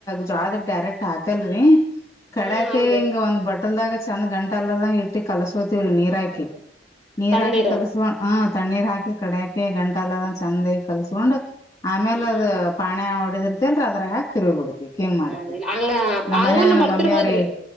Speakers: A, on the left; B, in the centre.
A: ಜೋಳದ ಹಿಟ್ಟು ಡೈರೆಕ್ಟ್ ಹಾಕಲ್ರಿ ಕಡ್ಯಾಕೆ
B: ಹ್ಮ್ ಹೌದೇನ್
A: ಹಿಂಗ ಒಂದ್ ಬಟಲ್ದಾಗ ಚಂದ್ ಗಂಟೆ ಅಲ್ಲದ ಇಟ್ಟಿ ಕಲಸೋತವ್ರೀ ನೀರ್ ಹಾಕಿ ನೀರ್
B: ತಣ್ಣೀರ
A: ಹಾಕಿ ಕಲಸ್ಕೊಂಡ ಹಾ ತಣ್ಣೀರ್ ಹಾಕಿ ಕಡ್ಯಾಕಿ ಗಂಟಾಲ ಚೆಂದಾಗಿ ಕಲ್ಸ್ಕೊಂಡ್ ಆಮೇಲೆ
B: ಹ್ಮ್
A: ಅದ ಪಾನೇ ಹೊಡ್ಕೊಂಡ ರ್ ಅದ್ರ ಹಾಕೀ ತಿರುಗೋಡು ರಿ ಹ ಹೆಂಗ್ ಮಾಡತ
B: ಹಾ ಹಂಗ
A: ನಮ್ಮ
B: ಹಂಗುನು
A: ಮನಯ ನಮ್ಮಮ್ಮಿ
B: ಬರ್ತಿರ್ಬೋದ್ರಿ
A: ಅವ್ರ